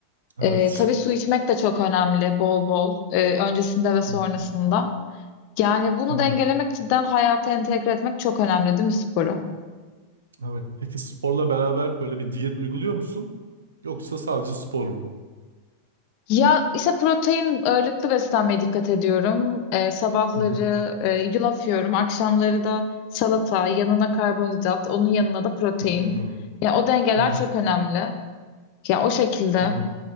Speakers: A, on the right; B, on the left.
A: Evet.
B: E, tabii su içmek de çok önemli bol bol e, öncesinde ve sonrasında.
A: Hı hı.
B: Yani bunu
A: Hı.
B: dengelemek cidden hayata entegre etmek çok önemli değil mi sporu?
A: Evet. Peki sporla beraber böyle bir diyet uyguluyor musun? Yoksa sadece spor mu?
B: Ya işte protein ağırlıklı beslenmeye dikkat ediyorum. Ee, sabahları
A: Hı hı.
B: e, yulaf yiyorum. Akşamları da salata, yanına karbonhidrat, onun yanına da protein.
A: Hı
B: Ya o dengeler
A: hı.
B: çok önemli. Ya o şekilde.
A: Hmm.